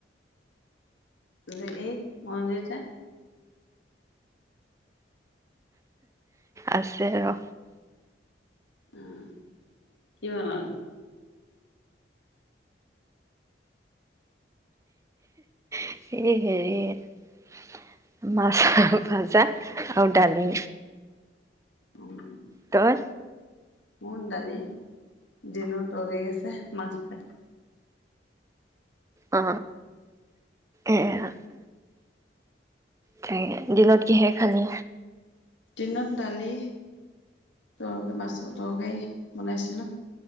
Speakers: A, on the left; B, on the right.
A: যে এই মন্দিৰতে
B: আছে ৰ
A: উম কি বনালি
B: স হেৰি মাছ ভাজা আৰু দালি
A: অ উম
B: তই?
A: মন দালি দিনো তাই আছে মাছ ফাই
B: অ এয়া ত দিনত কিহে খালি
A: দিনত দালি তৰ মাছৰ তৰকাৰী বনাইছিলো